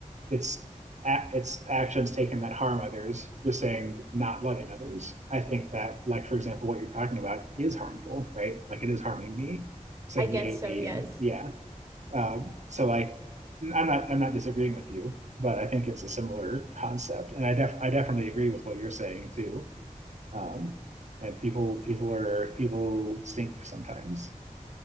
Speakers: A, on the right; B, on the right.
A: it's it's actions taken that harm others. You're saying not loving others. I think that, like for example, what you're talking about is harmful, right? Like it is harming me, saying
B: I guess
A: you hate
B: so,
A: me,
B: yes.
A: and yeah. Um, so like, I'm not I'm not disagreeing with you, but I think it's a similar concept, and I def I definitely agree with what you're saying too. Um, and people people are people stink sometimes.